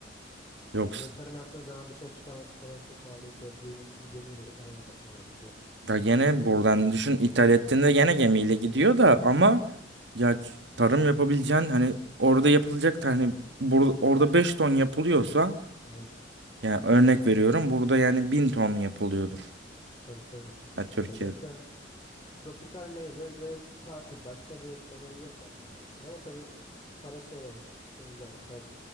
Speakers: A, on the right; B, on the left.
A: Yoksa
B: Ya bir de tarım yaptığın zaman dışarı çıkarması falan çok maliyetli. Hep gemi, gemiyle falan uğraşman gerekiyor.
A: da gene
B: Buradaki
A: buradan düşün ithal ettiğinde gene gemiyle gidiyor da ama ya tarım yapabileceğin hani orada yapılacak da hani bur- orada 5 ton yapılıyorsa
B: evet
A: Yani örnek veriyorum burada yani bin ton yapılıyordur.
B: tabii tabii.
A: Ya Türkiye'de.
B: Ya zaten tropikal meyve ve tatil başka bir olayı yok baktığında aslında ama tabii parası olan için güzel. Mesela